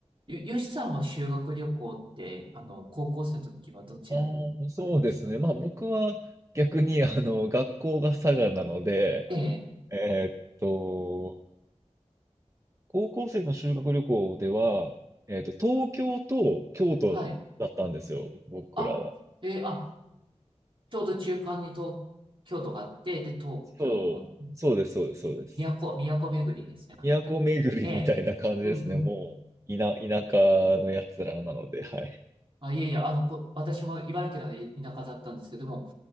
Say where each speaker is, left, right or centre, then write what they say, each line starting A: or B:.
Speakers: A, on the right; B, on the right.
A: よ、よしさんは修学旅行って、あの、高校生の時はどちらに行かれました
B: ー、あー、そうですね。まあ、僕は逆に、あの、学校が佐賀なので、
A: ええ、
B: えーっと、高校生の修学旅行では、えっと、東京と京都だったんですよ、
A: はい。
B: 僕らは。
A: あ、ええあ、ちょうど中間に東京都があって、で、東京も。
B: そう、そうです、そうです、そうです。
A: 都、都巡りですね、本当に。
B: 都巡りみたいな感じですね、
A: ええ。うんうん。
B: もう、田、田舎のやつらなので、はい。
A: あ、いえいえ、あの、こ、私も茨城なので田舎だったんですけども、